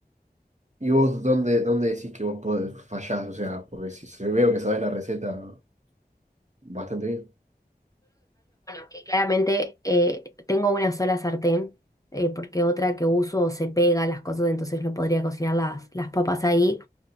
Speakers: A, on the right; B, on the left.
A: y vos, ¿dónde, dónde decís que vos podés, fallás? O sea, porque si se veo que sabés la receta bastante bien.
B: Que Claramente eh, tengo una sola sartén, eh, porque otra que uso se pega las cosas, entonces no podría cocinar las, las papas ahí